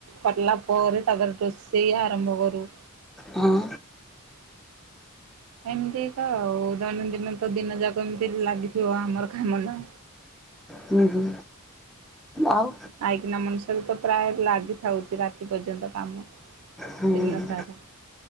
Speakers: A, on the right (about 80°); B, in the centre.
A: କରିଲା ପରେ ତାପରେ ରୋଷେଇ ଆରମ୍ଭ କରୁ
B: ହଁ
A: ଏମିତି ତଉ ଦୈନନ୍ଦିନ ତ ଦିନ ଯାକ ଏମିତି ଲାଗିଥିବ ଆମର କାମ ନା
B: ହୁଁ ଆଉ
A: ଆଇକିନା ମଣିଷରେ ତ ପ୍ରାୟ ଲାଗିଥାଉଛି ରାତି ପର୍ଯ୍ୟନ୍ତ କାମ
B: ହୁଁ
A: ଦିନସାରା
B: ହୁଁ